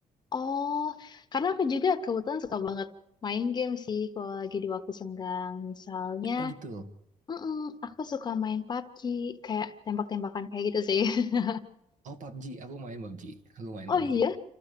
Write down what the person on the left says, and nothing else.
Oh, karena aku juga kebetulan suka banget main game sih kalau lagi di waktu senggang. Misalnya,
mm aku suka main PUBG kayak tembak-tembakan kayak gitu sih. <laughs>
Oh
iya,